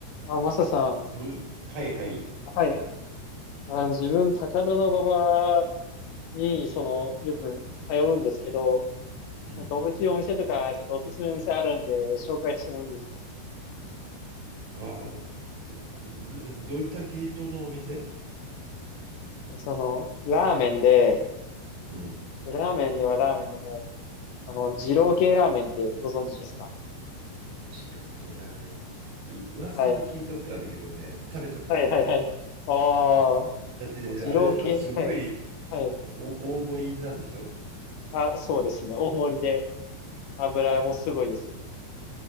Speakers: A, on the left; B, on the right.
A: あ、マサさん。
B: どう、はいはい。
A: ははい。い。あの、自分、高田馬場に、その、よく通うんですけど、
B: うん。
A: なんか美味しいお店とか、ちょっとおすすめ店あるんで、紹介してもいいですか
B: ああ、えど、どういった系統のお店
A: その、ラーメンで、
B: うん。
A: ラーメンではラーメンでも、あの、二郎系ラーメンってご存知ですか
B: 二郎系ラーメン。う、噂は聞いたことあるけどね、
A: はい。
B: 食べたことない。
A: はい、はい、はい。あ
B: だって、
A: あ、二郎系、
B: あれでしょ、すごい
A: はい、はい。
B: お大盛りなんでしょ
A: あ、そうですね。大盛りで、油もすごいですよ。